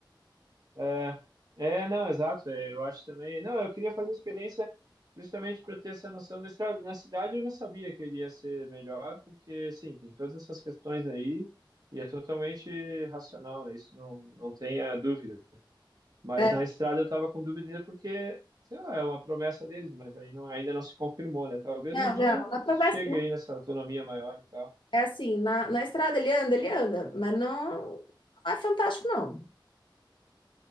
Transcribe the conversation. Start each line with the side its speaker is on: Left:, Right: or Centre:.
Right: É, é, não, exato. é, eu acho também. Não, eu queria fazer experiência justamente para ter essa noção da estrada. Na cidade eu já sabia que iria ser melhor, porque, sim, tem todas essas questões aí e é totalmente racional, né? Isso não, não tenha dúvida. Mas
Left: É,
Right: na estrada eu estava com dúvida ainda porque, sei lá, é uma promessa deles, mas aí não, ainda não se confirmou, né? Talvez
Left: não,
Right: um dia
Left: não. Na travessa,
Right: chegue aí nessa autonomia maior e tal.
Left: é assim, na, na estrada ele anda, ele anda, mas não, não é fantástico, não.